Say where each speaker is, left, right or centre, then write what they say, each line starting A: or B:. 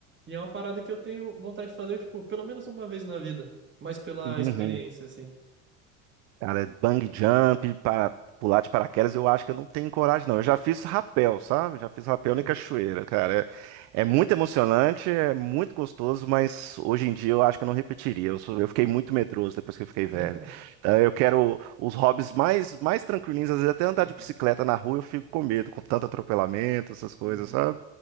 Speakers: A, on the right; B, on the right.
A: E é uma parada que eu tenho vontade de fazer, tipo, pelo menos uma vez na vida, mas pela
B: Uhum.
A: experiência, assim.
B: Cara, bang jump, para pular de paraquedas, eu acho que eu não tenho coragem, não. Eu já fiz rapel, sabe? Já fiz rapel
A: Sim.
B: em cachoeira, cara. É, é muito emocionante, é muito gostoso, mas hoje em dia eu acho que eu não repetiria. Eu, sou- eu fiquei muito medroso depois que eu fiquei
A: <laughs>
B: velho. Então eu quero os hobbies mais, mais tranquilinhos, às vezes até andar
A: Uhum,
B: de bicicleta na rua eu fico com medo, com tanto atropelamento, essas coisas,
A: uhum,
B: sabe?